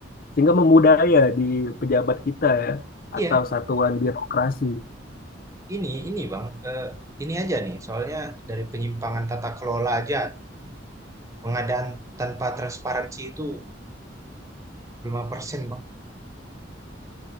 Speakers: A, on the left; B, on the right.
A: sehingga membudaya di pejabat kita ya
B: iya,
A: atau satuan birokrasi.
B: ini ini Bang, eee, ini aja nih, soalnya dari penyimpangan tata kelola aja pengadaan tanpa transparansi itu 75% Bang,